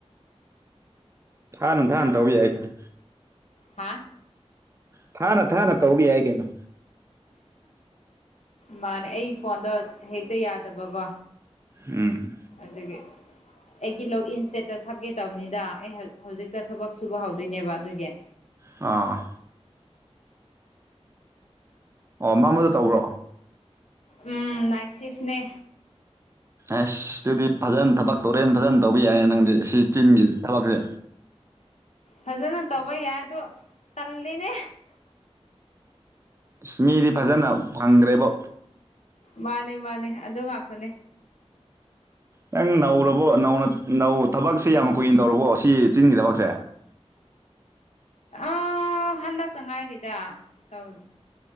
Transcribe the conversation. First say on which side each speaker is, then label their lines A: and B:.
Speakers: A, on the right; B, on the left.
A: ꯊꯥꯅ ꯊꯥꯅ
B: ꯑꯥ
A: ꯇꯧ ꯌꯥꯏ ꯀꯩꯟ
B: ꯍꯥ
A: ꯊꯥꯅ ꯊꯥꯅ ꯇꯧꯕ ꯌꯥꯏ ꯀꯩꯅꯣ
B: ꯃꯥꯅꯦ ꯑꯩ ꯐꯣꯟꯗꯣ ꯍꯦꯛꯇ ꯌꯥꯗꯕꯒꯣ
A: ꯎꯝ
B: ꯑꯗꯨꯒꯤ ꯑꯩꯒꯤ ꯂꯣꯛꯏꯟ ꯁ꯭ꯇꯦꯇꯁ ꯍꯥꯞꯀꯦ ꯇꯧꯕꯅꯤꯗ ꯑꯩ ꯍ ꯍꯧꯖꯤꯛꯇ ꯊꯕꯛ ꯁꯨꯕ ꯍꯧꯗꯣꯏꯅꯦꯕ ꯑꯗꯨꯒꯤ
A: ꯑꯥ ꯑꯣ ꯃꯝꯕꯗ ꯇꯧꯕ꯭ꯔꯣ
B: ꯎꯝ ꯅꯥꯏꯛ ꯁꯤꯐꯅꯦ
A: ꯑꯁ ꯑꯗꯨꯗꯤ ꯐꯖꯅ ꯊꯕꯛ ꯇꯧꯔꯦꯅ ꯐꯖꯟ ꯇꯧꯕ ꯌꯥꯏꯌꯦ ꯅꯪꯗꯤ ꯁꯤ ꯆꯤꯟꯒꯤ ꯊꯕꯛꯁꯦ
B: ꯐꯖꯅ ꯇꯧꯕ ꯌꯥꯏꯗꯣ ꯑꯁ ꯇꯜꯂꯤꯅꯦ
A: ꯁꯃꯤꯗꯤ ꯐꯖꯅ ꯐꯪꯒꯔ꯭ꯦꯕꯣ
B: ꯃꯥꯅꯦ ꯃꯥꯅꯦ ꯑꯗꯨ ꯉꯥꯛꯇꯅꯦ
A: ꯅꯪ ꯅꯧꯔꯕꯣ ꯅꯧꯅ ꯅꯧ ꯊꯕꯛꯁꯦ ꯌꯥꯝ ꯀꯨꯏꯅ ꯇꯧꯔꯕꯣ ꯁꯤ ꯆꯤꯟꯒꯤ ꯊꯕꯛꯁꯦ
B: ꯑꯥ ꯍꯟꯗꯛꯇ ꯉꯥꯏꯔꯤꯗ ꯇꯧ